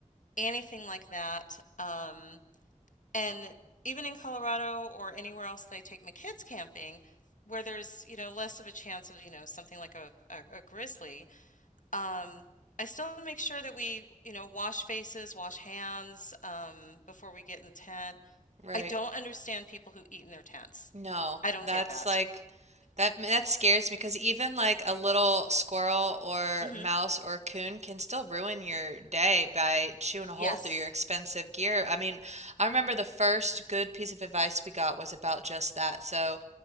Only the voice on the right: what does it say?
right.
No,
that's
like that that scares me because even like a little squirrel or
mouse or coon can still ruin your day by chewing a
hole through your expensive gear. I mean, I remember the first good piece of advice we got was about just that. So,